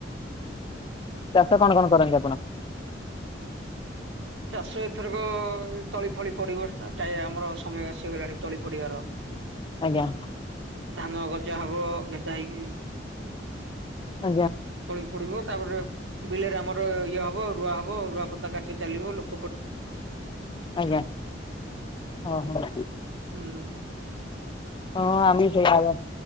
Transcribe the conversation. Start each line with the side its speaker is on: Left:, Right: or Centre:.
Left: ଚାଷ କଣ କଣ କରନ୍ତି ଆପଣ?
Right: ଚାଷ ଏଥରକ ତଳି ଫଳି ପଡିବ ଷ୍ଟା ଟା ଆମର ସମୟ ଆସିଗଲାଣି ତଳି ପଡିବାର
Left: ଆଜ୍ଞା
Right: ଧାନ ଗଜା ହବ ଭେଦା ହେଇକି
Left: ଆଜ୍ଞା
Right: ତଳି ପଡିବ ତାପରେ ବିଲରେ ଆମର ଇଏ ହବ ରୁୁଆ ହବ ରୁଆ ପତା କାର୍ଯ୍ୟ ଚାଲିବ ଲୋ
Left: ଆଜ୍ଞା ଓ ହୋ
Right: ହୁଁ
Left: ହଁ ଆମ ବି ସେଇଆ ହବ